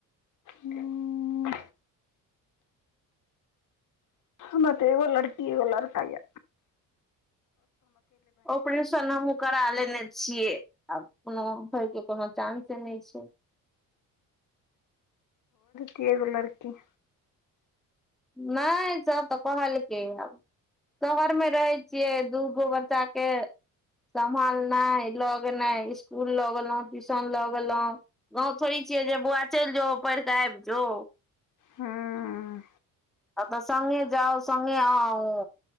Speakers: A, on the left; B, in the centre.
A: हूं। हमरा तो एगो लड़की है आ एगो लड़का या।
B: ऑपरेशन हमहु करा लेने छियै आब कोनो होय के कोनो चानंसे नहि छै।
A: कियो ग लड़की।
B: नहि सेह तऽ कहल कै या शहर मे रहे छियै दूगो बच्चा के। सम्भालना लगेना स्कुल लऽ गेलों ट्यूशन लऽ गेलहुं। गाँव थोड़ी छियै जे बौआ चलि जाो पढ़ कऽ आबि जाो
A: हँ
B: ह तऽ सगे जाउ सगे आउ।